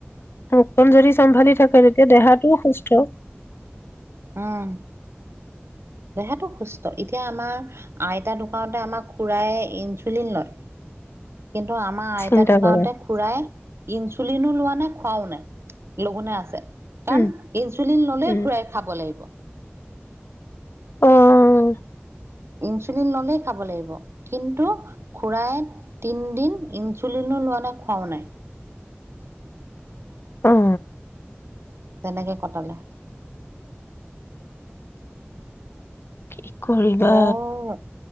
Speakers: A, on the left (about 60°); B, on the right (about 70°).
A: মুখখন যদি চম্ভালি থাকে, তেতিয়া দেহাত তো সুস্থ।
B: উম, দেহাটো সু এতিয়া আমাৰ আইতাৰ দোকানতে আমাৰ খুড়াই ইনচুলিন লয়। কিন্তু আমাৰ আইতা
A: চিন্তা
B: ঢুকাওঁতে
A: কৰা
B: খুৰাই ইনচুলিনো লোৱা নাই খুৱাওঁ নাই । লঘোনে আছে। কাৰণ
A: উম
B: ইনচুলিন ল'লেই
A: উম
B: খুড়াই লাগিব।
A: অ'।
B: ইনচুলিন ল'লে খাব লাগিব । কিন্তু খুৰাই তিনদিন ইনচুলিনো লোৱা নাই, খুৱাওঁ নাই।
A: অ'।
B: তেনেকে কটালে।
A: কি কৰিবা।
B: বৰ